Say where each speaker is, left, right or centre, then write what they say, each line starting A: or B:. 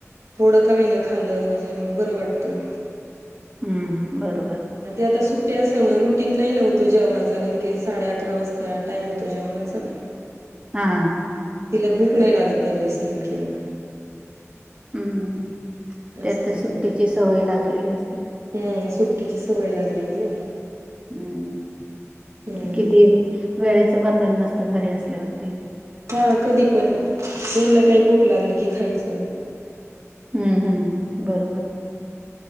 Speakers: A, on the right; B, on the right.
A: थोड का वण खाल्ल म्हणजे मग बरं वाटतं.
B: हम्म, बरोबर.
A: आणि ते आता सुट्टी असल्यामुळे रुटीन नाही ना तो जेवणाचा, नेमके साडे अकरा वाजता टाइम होतो जेवणाचा. <inaudible>
B: हा.
A: तिला भूक नाही लागत त्या वेळेस नेमकी मग
B: हम्म, त्यात
A: असं होतं
B: सुट्टीची
A: मग
B: सवय लागलेली असते.
A: हम्म, सुट्टीची सवय लागलेली ना.
B: हम्म,
A: हम्म
B: ते किती वेळेचं बंधन नसत घरी असल्यावरती.
A: हा कधी पण, मुलाना काही भूक लागल की खायचं.
B: हम्म, हम्म बरोबर